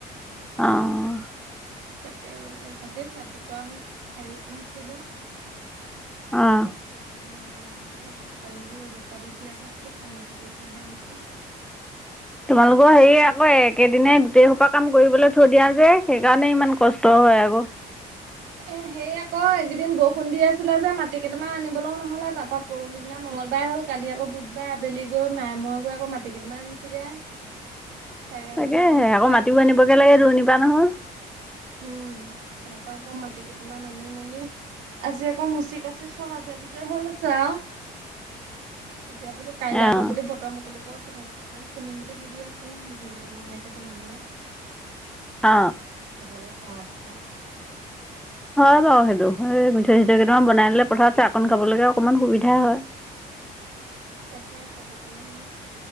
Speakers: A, in the centre; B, on the right (about 85°).
A: আহ
B: তাকে ৰ'দে চাতে ৰাতিপুৱা হ ঠায়ো মুচিলো
A: অ অ
B: তাত কাপোৰ কানিবোৰ ৰ'দত পাতত দিয় আকৌ সব সামৰি থৈহে আহিছো
A: তোমালোকৰ হেৰি আকৌ একেদিনাই গোটেইসোপা কাম কৰিবলৈ থৈ দিয়া যে সেইকাৰণে ইমান কষ্ট হয় আকৌ
B: এ সেই আকৌ এইকেইদিন বৰষুণ দি আছিলে যে মাটি কেইটামান আনিবলৈও নহ'লে তাপা পৰহিদিনা মঙ্গলবাৰ মঙলবাৰ হ'ল কালি আকৌ বুধবাৰ আবেলি গৈ মায়ে ময়ে গৈ আকৌ মাটি কেইটামান আনিছোগে। চাৰিআখনকে
A: তাকেহে আকৌ মাটিও
B: লৈ গৈ
A: আনিবগে লাগে দূৰণিৰ পৰা নহয়।
B: উম তাৰ পৰা আকৌ মাটি কেইটামান আনি মেলি আজি আকৌ মুচি কাচি চব আজৰি বিজৰি হৈ লৈছো আৰু। এতিয়া বোলো কাইলে
A: অঁ
B: আকৌ যদি বতৰ মুকলি পিঠাগুৰি অকণমান খুন্দিম বুলি ভাবি আছো, পিঠা কেইটামানকে বনাবলৈ।
A: অ
B: <unintelligible>
A: হয় বাৰু সেইটো, সেই মিঠৈ চিঠৈ কেইটামান বনাই লে পথাৰত চাহকণ খাবলৈকে অকনমান সুবিধা হয়।
B: তাকে সেইটোকাৰণে বুলো